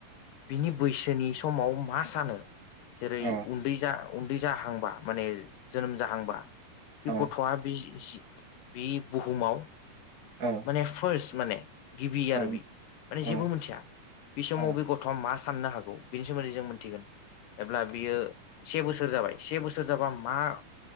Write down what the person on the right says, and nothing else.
औ
औ
औ।
औ
औ
औ